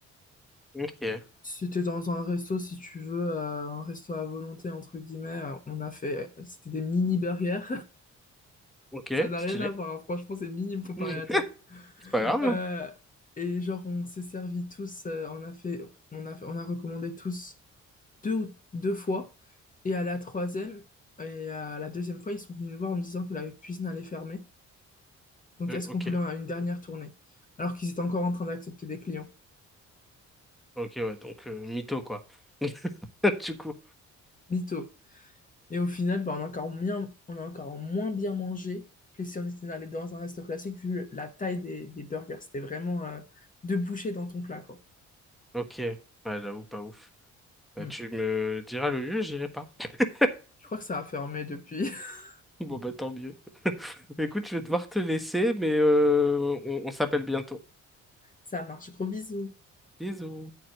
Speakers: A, in the centre; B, on the left (about 25°).
A: Ok,
B: Si t'es dans un resto, si tu veux, euh, un resto à volonté, entre guillemets, euh, on a fait, c'était des mini burgers. <laughs>
A: ok,
B: Ça n'a
A: stylé.
B: rien à voir, hein. Franchement, c'est minime comparé
A: Mm.
B: à toi.
A: C'est pas grave.
B: Euh,
A: hein.
B: et genre, on s'est servi tous, euh, on a fait, on a, fait- on a recommandé tous deux, ou- deux fois. Et à la troisième, et à la deuxième fois, ils sont venus nous voir en nous disant que la cuisine allait fermer. Donc,
A: Euh,
B: est-ce
A: ok,
B: qu'on voulait une dernière tournée? Alors qu'ils étaient encore en train d'accepter des clients.
A: ok, ouais, donc euh, mytho, quoi. <laughs> Du coup,
B: mytho Et au final, bah, on a encore bien, on a encore moins bien mangé que si on était allé dans un resto classique, vu la taille des, des burgers. C'était vraiment euh, deux bouchées dans ton plat, quoi.
A: ok. Ouais, j'avoue, pas ouf. Bah,
B: Hmm.
A: tu me diras le lieu, j'irai pas. <laughs>
B: Je crois que ça a fermé depuis. <laughs>
A: Bon, bah, tant mieux. Écoute, je vais devoir te laisser, mais euh, on on s'appelle bientôt.
B: Ça marche. Gros bisous.
A: Bisous.